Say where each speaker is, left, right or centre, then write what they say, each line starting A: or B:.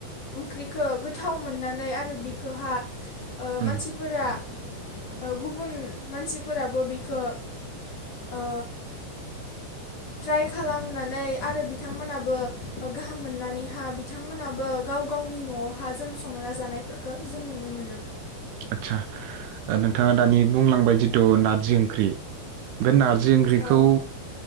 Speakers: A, on the left; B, on the right.
A: ओंख्रिखौ गोथाव मोननानै आरो बिखौहा ओ मानसिफोरा
B: उम
A: ओ गु गुबुन मानसिफोराबो बिखौ ओ ट्राइ खालामनानै आरो बिथांमोनाबो गाहाम मोननानैहा बिथांमोनाबो गाव गावनि नआव हा जों संना जानायफोरखो जों नुनो मोनो
B: आदसा ओ नोंथाङा दानि बुंलांबाय जिथु नारजि ओंख्रि बे नारजि ओंख्रिखौ
A: ओ